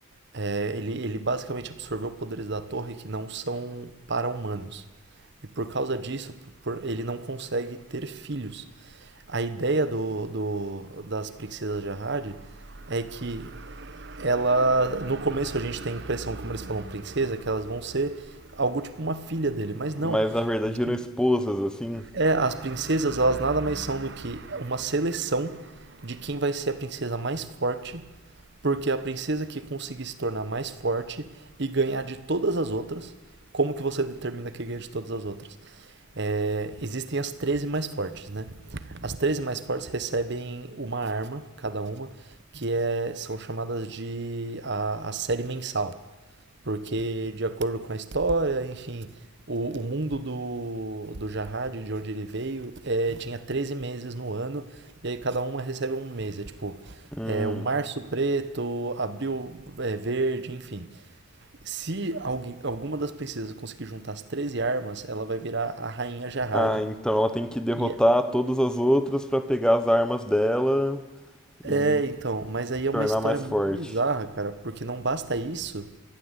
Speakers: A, on the right; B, in the centre.
A: É, ele, ele basicamente absorveu poderes da torre que não são para-humanos. E por causa disso, por- por- ele não consegue ter filhos. A ideia do, do- das princesas de Arrade é que ela. No começo a gente tem a impressão, como eles falam princesa, que elas vão ser algo tipo uma filha dele. Mas não.
B: mas na verdade
A: As
B: eram esposas, assim.
A: é, as princesas, elas nada mais são do que uma seleção de quem vai ser a princesa mais forte, porque a princesa que conseguir se tornar mais forte e ganhar de todas as outras, como que você determina que ganha de todas as outras? É, existem as 13 mais fortes, né? As 13 mais fortes recebem uma arma, cada uma, que é, são chamadas de a, a série mensal. Porque, de acordo com a história, enfim, o, o mundo do, do Jahad, de onde ele veio, é, tinha 13 meses no ano, e aí cada uma recebe um mês. É tipo,
B: Hum,
A: é, o março preto, abril é, verde, enfim. Se alguém, alguma das princesas conseguir juntar as 13 armas, ela vai virar a rainha Jahad.
B: Ah, então ela tem que derrotar
A: E é,
B: todas as outras pra pegar as armas dela e
A: é, então, mas
B: se
A: aí é
B: tornar
A: uma história
B: mais
A: muito
B: forte.
A: bizarra, cara, porque não basta isso,